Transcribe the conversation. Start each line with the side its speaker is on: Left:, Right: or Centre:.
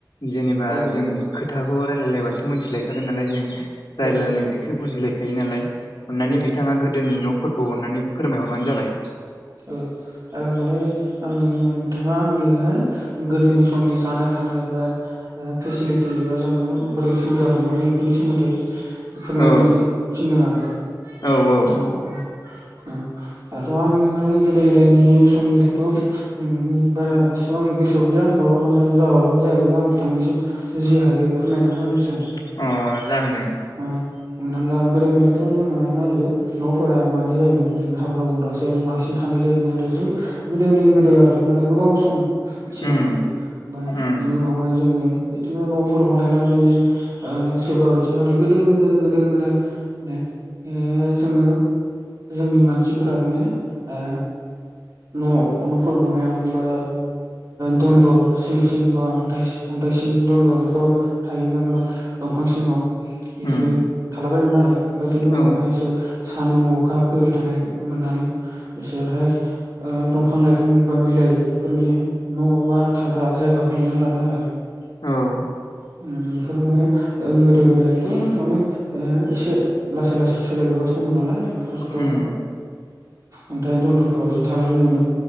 Left: जेनेबा
Right: औ
Left: जों खोथाखौ रायजलायलायबासो मिथिलायखागोन नालाय जों रायलायनायजोंसो
Right: औ
Left: बुजिलायखायो नालाय अननानै
Right: औ
Left: बिथाङा गोदोनि न'फोरखौ अननानै फोरमायहरबानो जाबाय
Right: ओ आं माने आं बिथाङा आंनोहाय गोदोनि समनि जानाय थानाय बा ओ फेसिलिटि एबा जोङो बोरै सुबिदाफोर मोनो बेफोरनि सोमोन्दै फोरमायनो
Left: औ
Right: थिनदों आरो
Left: औ औ
Right: बिथाङा ओ उम दाथ' आं गोदो गोदायनि समनिखौथ' ओम बारा एसेबां गोसोआव गैया होमबाबो माने जाबाबो जायाबो आं बिथांनिसिम जि हायो फोरमायनानै होनोसै आं
Left: अ जागोन दे
Right: उम हमनानैला गोदो गोदायथ' जोंना होयो न'फोरा मानि जायोमोन जों हाग्रा बंग्रासो बांसिन थानाय जायोमोन आरो जों गोदोनि गोदो आरो माने गोबाव सम सिगां
Left: उम
Right: आरो ओमफ्राय
Left: उम
Right: बेनि उनावहाय जोङो बिदिनो न'फोर बनायनानै जों ओ सोरबा बायदि माने गोदो गोदो गोदो गोदाय माने ओ जोङो जोंनि मानसिफोरा माने ओ न' न'फोर बनायामोन बा दन्दर सिं सिं बा अन्थाय अन्थाइ सिंनि दन्दर बेफोरावबो थायोमोन बा दंफां सिङाव बिदिनो
Left: उम
Right: थालाबायोमोन आरो ओमफ्राय बिनि उनावहाय
Left: औ
Right: बिसोर सानदुं अखा फैबाय थानाय मोननानै बिसोरहाय ओ दंफां लाइफां बा बिलाइफोरनि न'बा थाग्रा जायगा बुंनानै लादों आरो
Left: औ
Right: ओ बेफोर माने गोदो गोदायथ' माने एसे लासै लासै सोलायबोगासिनो दंमोन नालाय फार्स्टआवथ'
Left: उम
Right: अन्थाइ दन्दरफोरावसो थाला बायोमोन